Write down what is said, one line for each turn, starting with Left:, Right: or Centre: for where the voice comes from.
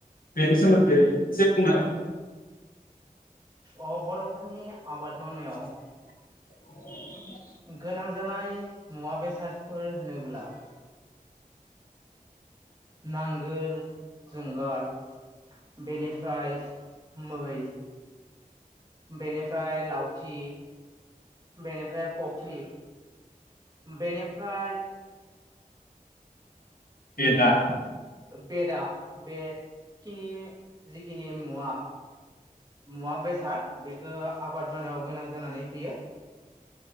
Left: बेनि सोमोन्दै एसे बुंना हागोन नामा नोंथां
Right: अ बर'फोरनि आबाद मावनायाव
Left: <inaudible>
Right: गोनां जानाय मुवा बेसादफोर होनोब्ला नांगोल जुंगाल बेनिफ्राय मै बेनिफ्राय लावथि बेनिफ्राय कफ्रि बेनिफ्राय
Left: बे दा
Right: बेदा बेखिनि जिखिनि मुवा मुवा बेसाद बेखौ आबाद मावाव गोनां जानानै फैयो